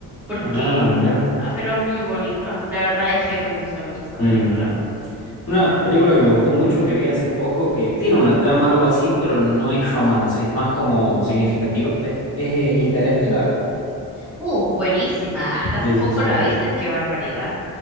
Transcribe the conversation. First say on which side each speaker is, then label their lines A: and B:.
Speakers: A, in the centre; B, on the left.
A: Porque
B: Ah, mira.
A: Ah, Pero es muy bonito. La verdad es que me gusta mucho esa
B: Mm.
A: película.
B: Una película que me gustó mucho, que vi hace poco, que tiene una trama algo así, pero no es romance, es más como significativa. Es, es eh, Interestelar.
A: Uh, buenísima. Hasta hace
B: Sí,
A: poco
B: sí, sí.
A: la viste, qué barbaridad.